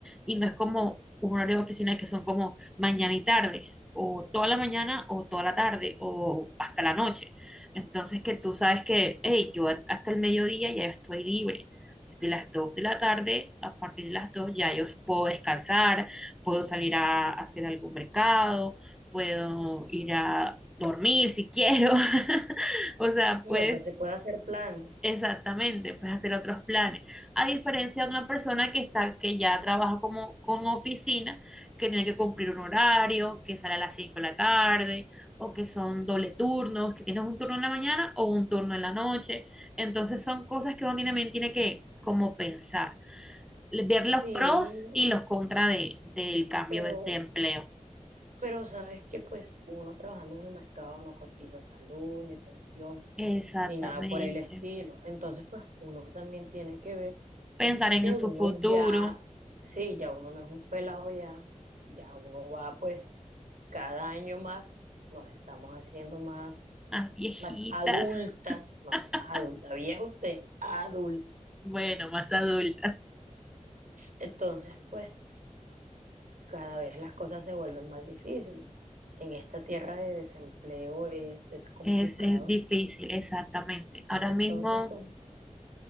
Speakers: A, in the centre; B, on the right (about 80°).
A: y no es como un horario de oficina que son como mañana y tarde, o toda la mañana o toda la tarde o hasta la noche. Entonces que tú sabes que, hey, yo a- hasta el mediodía ya estoy libre. Desde las 2 de la tarde, a partir de las 2 ya yo puedo descansar, puedo salir a hacer algún mercado, puedo ir a dormir si quiero. <laughs> O sea,
B: Sí,
A: puedes
B: o sea, se puede hacer planes,
A: Exactamente, puedes hacer otros planes. A diferencia de una persona que está, que ya trabaja como con oficina, que tiene que cumplir un horario, que sale a las 5 de la tarde, o que son doble turnos, que tienes un turno en la mañana o un turno en la noche. Entonces son cosas que uno también tiene que como pensar, ver los
B: sí,
A: pros y los contras de, del cambio
B: pero,
A: de de empleo.
B: pero sabes que pues uno trabajando en el mercado no cotiza salud, ni pensión,
A: Exactamente.
B: ni nada por el estilo, entonces pues uno también tiene que ver
A: Pensar en
B: que uno
A: su futuro.
B: ya, sí, ya uno no es un pelado ya, ya uno va pues cada año más, nos estamos haciendo más,
A: Las viejitas.
B: más adultas,
A: <laughs>
B: no, no más adulta, vieja usted, adulta.
A: Bueno, más adultas.
B: Entonces, pues cada vez las cosas se vuelven más difíciles. En esta tierra de desempleo es, es complicado.
A: Es, es difícil, exactamente. Ahora
B: Entonces,
A: mismo,
B: con,